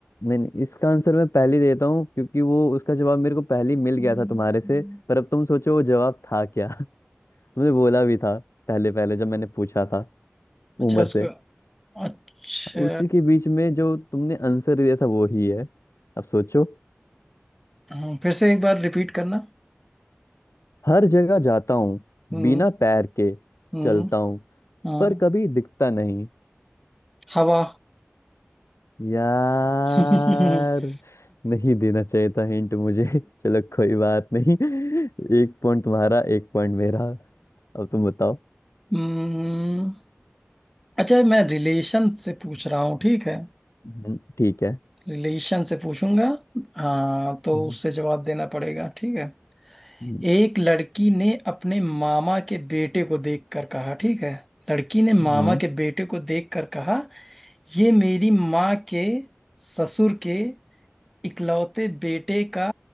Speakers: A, on the left; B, in the centre.
A: नहीं नहीं इसका आंसर मैं पहले ही देता हूँ क्योंकि वो उसका जवाब मेरे को पहले ही मिल गया
B: हम्म।
A: था तुम्हारे से पर अब तुम सोचो वो जवाब था क्या <laughs> तुमने बोला भी था पहले पहले जब मैंने पूछा था
B: अच्छा
A: उमर
B: उसका
A: से
B: अच्छा
A: उसी के बीच में जो तुमने आंसर दिया था वो ही है अब सोचो
B: हम्म, फिर से एक बार रिपीट करना
A: हर जगह जाता हूँ
B: हम्म
A: बिना पैर के
B: हम्म
A: चलता हूँ
B: हम्म,
A: पर कभी दिखता नहीं
B: हवा
A: यार
B: <laughs>
A: नहीं देना चाहिए था हिंट मुझे <laughs> चलो कोई बात नहीं <laughs> एक पॉइंट तुम्हारा एक पॉइंट मेरा अब तुम बताओ
B: हम्म, अच्छा मैं रिलेशन से पूछ रहा हूँ ठीक है
A: हम्म, ठीक है
B: रिलेशन से पूछूंगा हाँ तो
A: हम्म,
B: उससे जवाब देना पड़ेगा ठीक है
A: हम्म,
B: एक लड़की ने अपने मामा के बेटे को देखकर कहा ठीक है लड़की ने मामा
A: हम्म।
B: के बेटे को देखकर कहा ये मेरी माँ के ससुर के इकलौते बेटे का